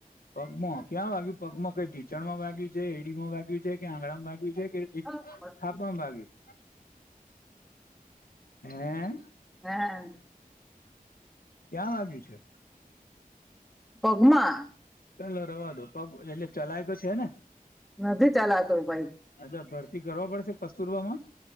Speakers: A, on the left (about 75°); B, in the centre.
A: પગમાં ક્યાં વાગ્યું પગમાં કઈ ઢીચણ માં વાગ્યું છે એડીમાં વાગ્યું <unintelligible> છે કે આંગળમાં વાગ્યું છે કે
B: હા
A: છાપામાં વાગ્યું. હમ્મ.
B: હા.
A: ક્યાં વાગ્યું છે?
B: પગમાં.
A: ચાલો રવા દો પગ એટલે ચલાય તો છે ને.
B: નથી ચલાતું ભાઈ
A: અચ્છા ભરતી કરવા પડશે કસ્તુરબામાં.